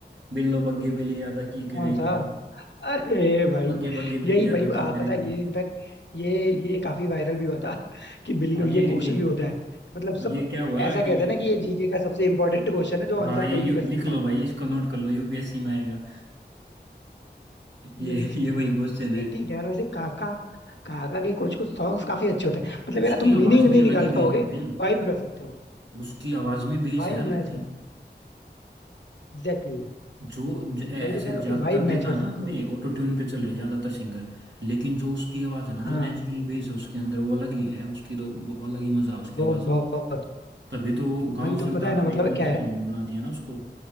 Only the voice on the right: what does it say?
बिल्लो बग्गे बिल्ली अदा की
करेगी
बग्गे बग्गे
बिल्ली
अदा
की
करेगी
हाँ ये
ये
ये
क्या हुआ
कि
हाँ
ये
यू,
लिख
लो भाई इसको नोट कर लो यूपीएससी में आएगा
ये
ये वही
क्वेश्चन
है
उसकी
आवाज
में अलग
ही बेस
है भाई
उसकी आवाज में बेस
है अलग
ही
जो ज- ऐ-
ऐसे
ज्यादातर
देखा
है ना
आपने
ऑटो ट्यून पे चले ज्यादातर सिंगर लेकिन जो उसकी आवाज है ना जो
नेचुरल बेस है उसके अंदर वो अलग ही है उसकी तो वो अलग ही मजा है उसकी
आवाज में
तो तभी तो वो गांव
से
उठाकर
एकदम
से
सिंगर बना दिया ना उसको